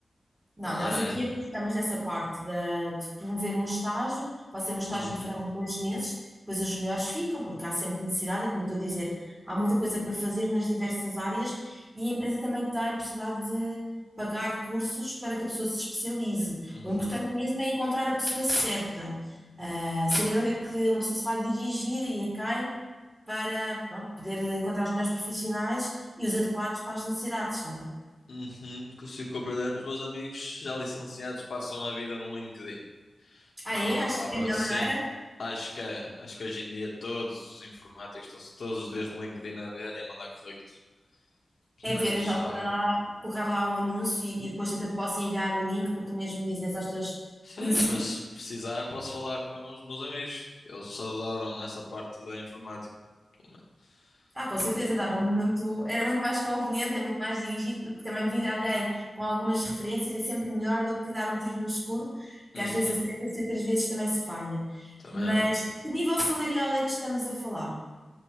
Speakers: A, on the right (about 15°); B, on the left (about 75°).
A: Não,
B: na minha
A: nós aqui
B: área.
A: apostamos nessa parte da- de, promover um estágio, pode ser um estágio
B: Uhum,
A: de verão de dois meses, depois os melhores ficam, porque há sempre necessidade, é como eu estou a dizer, há muita coisa para fazer nas diversas áreas e a empresa também tem possibilidade de pagar cursos para que a pessoa se especialize.
B: uhum.
A: O importante mesmo é encontrar a pessoa certa, ah, saber onde é que uma pessoa se vai dirigir e a quem para, pronto, poder encontrar os melhores profissionais e os adequados para as necessidades, não é?
B: Uhum, consigo compreender. Os meus amigos já licenciados passam a vida no LinkedIn.
A: Ah,
B: Não,
A: é?
B: mas
A: Acho
B: lá
A: que
B: para...
A: é a melhor
B: Sim,
A: maneira.
B: acho que é. Acho que hoje em dia todos os informáticos estão-se todos os dias no LinkedIn a ver e a mandar currículos. Pelo
A: É
B: menos,
A: ver, então,
B: eh,
A: também lá, colocar lá um anúncio e, e depois até te posso enviar o link para tu mesmo dizeres aos teus
B: sim,
A: conhecidos.
B: mas se precisar posso falar com os meus amigos, que eles adoram essa parte da informática. Pelo menos.
A: Ah, com certeza
B: E
A: dava
B: tá.
A: muito, era muito mais conveniente, é muito mais dirigido, porque também vir alguém com algumas referências é sempre melhor do que dar um tiro no escuro,
B: Uhum,
A: que às vezes acerta-se e outras vezes também se falha.
B: também
A: Mas
B: é verdade.
A: que nível salarial é que estamos a falar?